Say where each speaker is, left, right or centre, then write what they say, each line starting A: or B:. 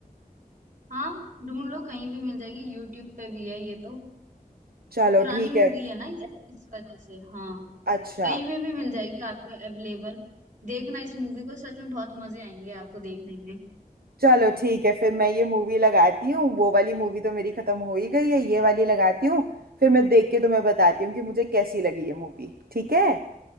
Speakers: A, on the right (about 55°); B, on the right (about 80°).
A: हाँ ढूंढ लो कहीं भी मिल जाएगी यूट्यूब पे भी है ये तो
B: चलो
A: पुरानी
B: ठीक
A: मूवी
B: है
A: है ना ये इस वजह से हाँ
B: अच्छा
A: कहीं पे भी मिल जाएगी आपको अवेलेबल देखना इस मूवी को सच में बहुत मजे आएंगे आपको देखने में
B: चलो ठीक है फिर मैं ये मूवी लगाती हूँ वो वाली मूवी तो मेरी खत्म हो ही गई है ये वाली लगाती हूँ फिर मैं देख के तुम्हें बताती हूँ कि मुझे कैसी लगी ये मूवी ठीक है